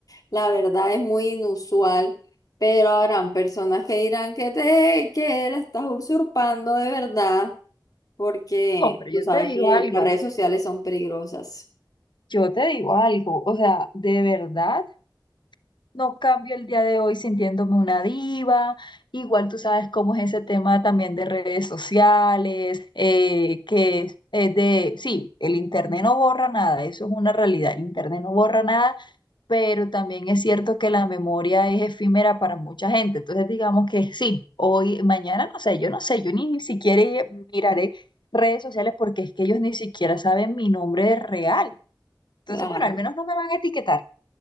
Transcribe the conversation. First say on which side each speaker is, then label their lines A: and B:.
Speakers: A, on the left; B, on the left.
A: La verdad es muy inusual, pero habrán personas que dirán que te que la estás usurpando de verdad, porque
B: No, pero
A: tú
B: yo
A: sabes
B: te digo
A: que
B: algo,
A: las redes sociales son peligrosas.
B: yo te digo algo, o sea, de verdad. No cambio el día de hoy sintiéndome una diva. Igual tú sabes cómo es ese tema también de redes sociales, eh, que es es de, sí, el internet no borra nada, eso es una realidad, el internet no borra nada, pero también es cierto que la memoria es efímera para mucha gente. Entonces digamos que sí, hoy, mañana, no sé, yo no sé, yo ni siquiera miraré redes sociales porque es que ellos ni siquiera saben mi nombre real. Entonces,
A: Claro.
B: bueno, al menos no me van a etiquetar.